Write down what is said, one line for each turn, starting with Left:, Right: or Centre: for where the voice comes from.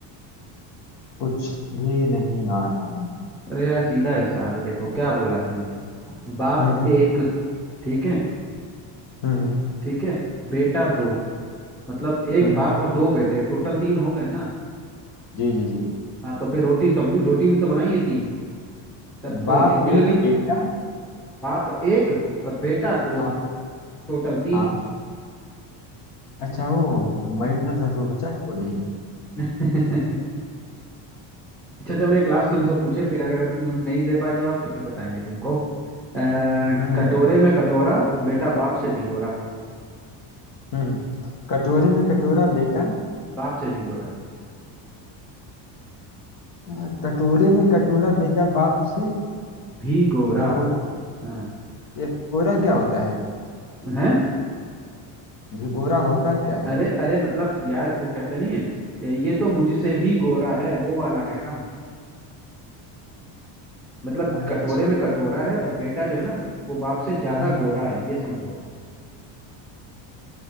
Left: कुछ भी नहीं आ रहा
Centre: अरे यार सीधा हिसाब है देखो क्या बोला ही नहीं बाप
Left: हम्म हम्म
Centre: एक ठीक है
Left: हम्म हम्म,
Centre: ठीक है बेटा दो मतलब एक
Left: हम्म।
Centre: बाप
Left: हम्म।
Centre: और दो बेटे टोटल तीन हो गए ना
Left: जी जी जी
Centre: हाँ तो फिर रोटी तब भी रोटी भी तो बनाई है तीन सबको
Left: बाप
Centre: एक एक मिल
Left: एक
Centre: गई
Left: बेटा
Centre: बाप एक और बेटा दो
Left: हाँ
Centre: टोटल तीन
Left: हाँ अच्छा वो मैं
Centre: हम्म
Left: इतना सा सोचा क्यों नहीं
Centre: <laughs> अच्छा चलो एक लास्ट तुमसे पूछे फिर अगर हम नहीं दे पाए जवाब तो फिर बताएंगे तुमको अह,
Left: हम्म हम्म
Centre: कटोरे में कटोरा बेटा बाप से भी गोरा
Left: हम्म, हम्म। कटोरे में कटोरा बेटा
Centre: बाप से भी गोरा
Left: अ, कटोरे में कटोरा बेटा बाप से
Centre: भी गोरा
Left: भिगोरा
Centre: हाँ
Left: ये भिगोरा क्या होता है
Centre: हैं
Left: भिगोरा होता क्या है
Centre: अरे अरे मतलब यार वो कहते नहीं है "ए, ये तो मुझसे भी गोरा है वो वाला कह रहा हूँ मतलब
Left: अच्छा
Centre: कटोरे में कटोरा है और बेटा जो है ना वो बाप से ज्यादा
Left: हम्म
Centre: गोरा है ये समझो